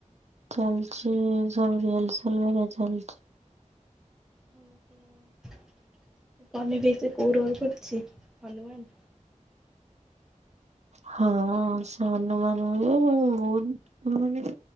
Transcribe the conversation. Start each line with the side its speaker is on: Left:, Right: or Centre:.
Right: ଚାଲିଛି ସବୁ ରିଏଲସେଲ ଘରିକା ଚାଲିଛି।
Centre: ଓ ହୋ ତୋ ଗନି ଜେଜେ କୋଉ ରୋଲ କରୁଛି ହନୁମାନ।
Right: ହଁ ସେ ହନୁମାନ ହୁଏ ବହୁତ ମାନେ।